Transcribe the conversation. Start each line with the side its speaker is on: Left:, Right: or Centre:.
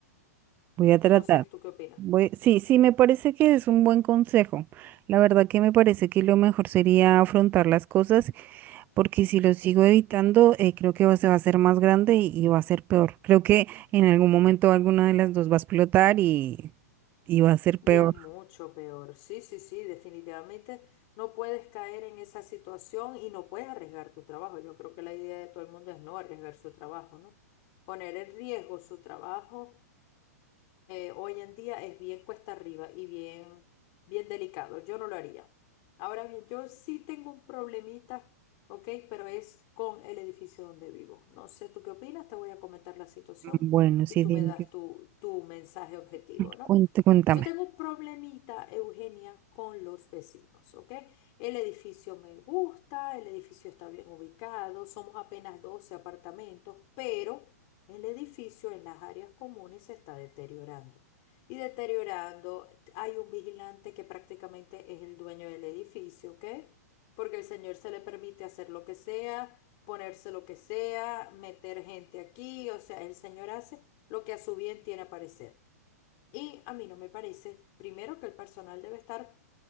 Right: Voy a tratar.
Left: No sé, ¿tú qué opinas?
Right: Voy... Sí, sí, me parece que es un buen consejo. La verdad que me parece que lo mejor sería afrontar las cosas, porque si lo sigo evitando, eh, creo que va- se va a hacer más grande y, y va a ser peor. Creo que en algún momento alguna de las dos va a explotar y, y va a ser peor.
Left: Y es mucho peor. Sí, sí, sí, definitivamente no puedes caer en esa situación y no puedes arriesgar tu trabajo. Yo creo que la idea de todo el mundo es no arriesgar su trabajo, ¿no? Poner en riesgo su trabajo eh, hoy en día es bien cuesta arriba y bien, bien delicado. Yo no lo haría. Ahora bien, yo sí tengo un problemita, ¿ok? Pero es con el edificio donde vivo. No sé tú qué opinas, te voy a comentar la situación
Right: Mm, Bueno, sí,
Left: y tú
Right: dime,
Left: me das
Right: que-
Left: tu, tu mensaje objetivo, ¿no?
Right: cuente- cuéntame.
Left: Yo tengo un problemita, Eugenia, con los vecinos, ¿ok? El edificio me gusta, el edificio está bien ubicado, somos apenas 12 apartamentos, pero el edificio en las áreas comunes se está deteriorando. Y deteriorando, hay un vigilante que prácticamente es el dueño del edificio, ¿ok? Porque el señor se le permite hacer lo que sea, ponerse lo que sea, meter gente aquí, o sea, el señor hace lo que a su bien tiene a parecer. Y a mí no me parece, primero, que el personal debe estar,